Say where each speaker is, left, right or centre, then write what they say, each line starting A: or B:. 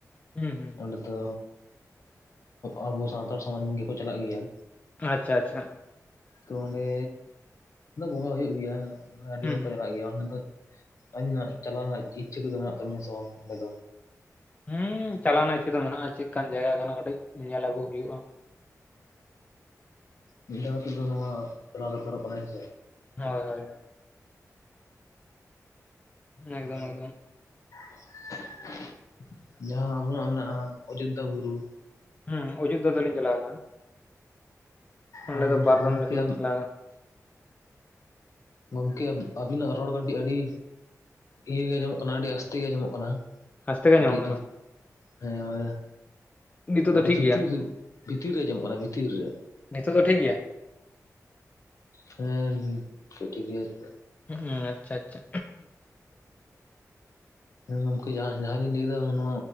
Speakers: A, on the left; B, on the left.
A: ᱦᱩᱸ ᱦᱩᱸ
B: ᱚᱸᱰᱮ ᱫᱚ ᱟᱵᱚ ᱥᱟᱱᱛᱟᱲ ᱥᱚᱢᱟᱡᱽ ᱜᱮᱠᱚ ᱪᱟᱞᱟᱜ ᱜᱮᱭᱟ᱾
A: ᱟᱪᱪᱷᱟ ᱟᱪᱪᱷᱟ
B: ᱛᱚ ᱚᱸᱰᱮ ᱫᱚ ᱵᱚᱸᱜᱟ ᱦᱩᱭᱩᱜ ᱜᱮᱭᱟ ᱟᱹᱰᱤ
A: ᱦᱩᱸ
B: ᱦᱚᱲ
A: ᱦᱩᱸ
B: ᱠᱚ ᱪᱟᱞᱟᱜ ᱜᱮᱭᱟ ᱚᱸᱰᱮ ᱫᱚ ᱟᱹᱞᱤ ᱧᱟᱜ ᱪᱟᱞᱟᱣ ᱨᱮᱱᱟᱜ ᱤᱪᱪᱷᱟᱹ ᱠᱚᱫᱚ ᱢᱮᱱᱟᱜ ᱛᱟᱵᱤᱱᱟ ᱥᱮ ᱵᱟᱝ ᱚᱸᱰᱮ ᱫᱚ
A: ᱦᱩᱸ ᱪᱟᱞᱟᱣ ᱱᱟ ᱤᱪᱟᱹ ᱫᱚ ᱢᱮᱱᱟᱜᱼᱟ ᱪᱮᱫᱠᱟᱱ ᱡᱟᱭᱜᱟ ᱠᱟᱱᱟ ᱠᱟᱹᱴᱤᱡ ᱧᱮᱞ ᱟᱹᱜᱩ ᱦᱩᱭᱩᱜᱼᱟ᱾
B: ᱢᱤᱫ ᱫᱷᱟᱣ ᱠᱟᱛᱮᱫ ᱫᱚ ᱱᱚᱣᱟ ᱪᱟᱞᱟᱣ ᱫᱚᱨᱠᱟᱨᱚᱜ ᱠᱟᱱᱟ ᱦᱮᱸᱥᱮ
A: ᱦᱳᱭ ᱦᱳᱭ ᱦᱳᱭ ᱮᱠᱫᱚᱢ
B: ᱦ
A: ᱮᱠᱫᱚᱢ
B: <inaudible> ᱡᱟᱦᱟᱸ ᱟᱵᱚᱱᱟᱜ ᱢᱮᱱᱟᱜᱼᱟ ᱚᱡᱳᱫᱽᱫᱷᱟ ᱵᱩᱨᱩ
A: ᱦᱮᱸ ᱚᱡᱳᱫᱽᱫᱷᱟ ᱫᱚᱞᱤᱧ ᱪᱟᱞᱟᱣ ᱟᱠᱟᱱᱟ᱾ ᱚᱸᱰᱮ
B: ᱟᱨ
A: ᱫᱚ ᱵᱟᱨᱫᱚᱢ
B: ᱜᱚᱢᱠᱮ
A: ᱞᱮᱠᱟ ᱞᱤᱧ ᱪᱟᱞᱟᱜᱼᱟ᱾
B: ᱜᱚᱝᱠᱮ ᱟᱵᱤᱱᱟᱜ ᱨᱚᱲ ᱠᱟᱹᱴᱤᱡ ᱟᱹᱰᱤ ᱤᱭᱟᱹ ᱜᱮ ᱟᱸᱡᱚᱢᱚᱜ ᱠᱟᱱᱟ ᱟᱹᱰᱤ ᱟᱥᱛᱮ ᱜᱮ ᱟᱸᱡᱚᱢᱚᱜ ᱠᱟᱱᱟ᱾
A: ᱟᱥᱛᱮ ᱜᱮ
B: ᱠᱟᱹᱴᱤᱡ
A: ᱟᱸᱡᱚᱢᱚᱜ ᱠᱟᱱᱟ
B: ᱦᱮᱸ ᱢᱟᱱᱮ
A: ᱱᱤᱛᱚᱜ ᱫᱚ
B: ᱟᱹᱰᱤ
A: ᱴᱷᱤᱠ
B: ᱵᱷᱤᱛᱤᱨ
A: ᱜᱮᱭᱟ
B: ᱨᱮ ᱵᱷᱤᱛᱤᱨ ᱨᱮ ᱟᱸᱡᱚᱢᱚᱜ ᱠᱟᱱᱟ ᱵᱷᱤᱛᱤᱨ ᱨᱮ
A: ᱱᱤᱛᱚᱜ ᱫᱚ ᱴᱷᱤᱠ ᱜᱮᱭᱟ᱾
B: ᱦᱮᱸ ᱡᱟᱹᱱᱤᱜ ᱱᱤᱛᱚᱜ ᱴᱷᱤᱠ ᱜᱮ ᱦᱟᱹᱡᱩᱜᱼᱟ
A: ᱚᱦᱚᱸ ᱟᱪᱪᱷᱟ ᱟᱪᱪᱷᱟ
B: ᱦᱮᱸ ᱜᱚᱝᱠᱮ ᱡᱟᱦᱟᱸ ᱡᱟᱦᱟᱸᱛᱤᱧ ᱞᱟᱹᱭᱫᱟ ᱚᱱᱟ